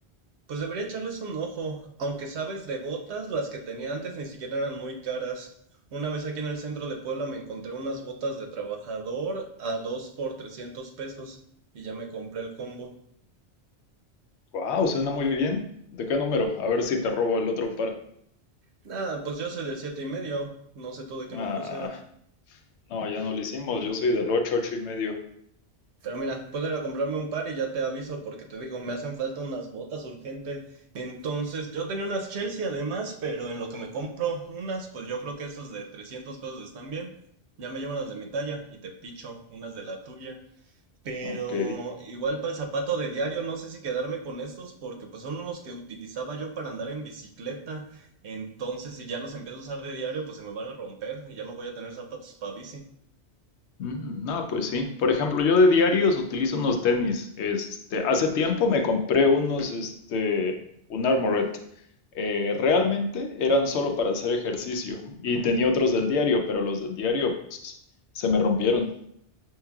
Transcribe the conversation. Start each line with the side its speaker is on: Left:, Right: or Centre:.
Right: pues debería echarles un ojo. Aunque sabes, de botas, las que tenía antes ni siquiera eran muy caras. Una vez aquí en el centro de Puebla me encontré unas botas de trabajador a dos por 300 pesos y ya me compré el combo.
Left: Wow, suena muy bien. ¿De qué número? A ver si te robo el otro par.
Right: Nada, pues yo soy del siete y medio, no sé tú de qué
Left: Ah,
Right: número seas.
Left: no, ya no lo hicimos. Yo soy del ocho ocho y medio.
Right: Pero mira, puedo ir a comprarme un par y ya te aviso porque te digo, me hacen falta unas botas urgente. Entonces, yo tenía unas Chelsea además, pero en lo que me compro unas, pues yo creo que estas de 300 pesos están bien. Ya me llevo las de mi talla y te picho unas de la tuya. Pero
Left: Ok.
Right: igual para el zapato de diario, no sé si quedarme con estos porque pues son unos que utilizaba yo para andar en bicicleta. Entonces, si ya los empiezo a usar de diario, pues se me van a romper y ya no voy a tener zapatos para bici.
Left: Mm, no, pues sí. Por ejemplo, yo de diarios utilizo unos tenis. Este, hace tiempo me compré unos, este, un Armored. Eh, realmente eran solo para hacer ejercicio y tenía otros del diario, pero los del diario, pues, se me rompieron.